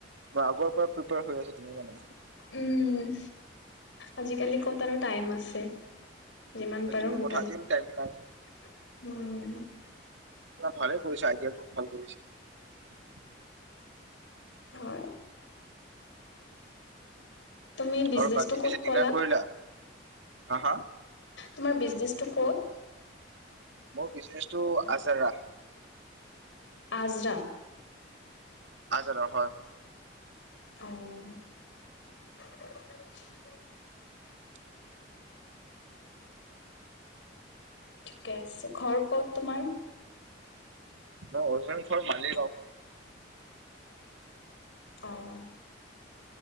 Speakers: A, on the right (about 75°); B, on the left (about 75°).
A: অ', আগৰ পৰা প্ৰিপেয়াৰ হৈ আছা তুমি মানে।
B: উম, আজিকালি ক'ত আৰু টাইম আছে। যিমান
A: সেইটোৱে
B: পাৰো সোনকালে
A: কথা আজিকালি
B: উম,
A: টাইম নাই ভালে কৰিছে আইডিয়াটো ভাল কৰিছে।
B: হয়। তুমি বিজনেচটো
A: আৰু বাকী
B: ক'ত
A: পিছে ডিনাৰ
B: ক'লা
A: কৰিলা। হা- হা।
B: তোমাৰ বিজনেচটো ক'ত?
A: মোৰ বিজনেচটো আজাৰা-
B: আজৰা।
A: আজাৰা হয়।
B: অ'। <unintelligible>
A: <unintelligible>
B: ঠিকে আছে ঘৰ কত তোমাৰ।
A: মোৰ অৰজিনেল ঘৰ মালিগাও।
B: অ',